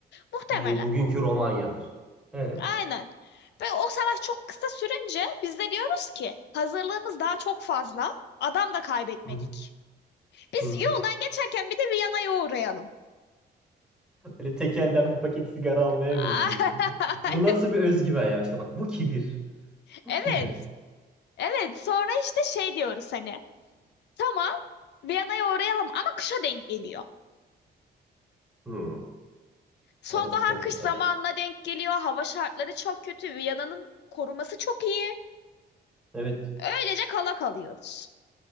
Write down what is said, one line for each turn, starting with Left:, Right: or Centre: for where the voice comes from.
Left: Muhtemelen.
Centre: Bu bugünkü Romanya'dır. E. Hı
Left: Aynen. Ve o savaş çok kısa sürünce biz de diyoruz ki hazırlığımız daha çok fazla. Adam da kaybetmedik.
Centre: hı.
Left: Biz
Centre: Hı hı.
Left: yoldan geçerken bir de Viyana'ya uğrayalım.
Centre: Böyle tek elden bir paket sigara almaya
Left: <laughs>
Centre: benziyor gibi. Bu
Left: Aynen.
Centre: nasıl bir özgüven ya? İşte bak bu kibir. Bu
Left: Evet.
Centre: kibir.
Left: Evet. Sonra işte şey diyoruz hani. Tamam. Viyana'ya uğrayalım ama kışa denk geliyor.
Centre: Hı.
Left: Sonbahar
Centre: O da sıkıntı
Left: kış
Centre: tabii.
Left: zamanına denk geliyor. Hava şartları çok kötü. Viyana'nın koruması çok iyi.
Centre: Evet
Left: Öylece kala kalıyoruz.